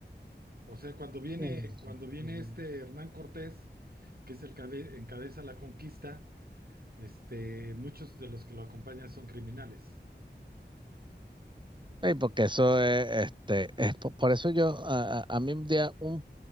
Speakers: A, on the right; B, on the right.
A: O sea, cuando viene,
B: Mm.
A: cuando viene
B: mm, mm.
A: este Hernán Cortés, que es el que encabeza la conquista, este, muchos de los que lo acompañan son criminales.
B: Ey, porque eso es, este, es po- por eso yo, a, a- a mí un día, un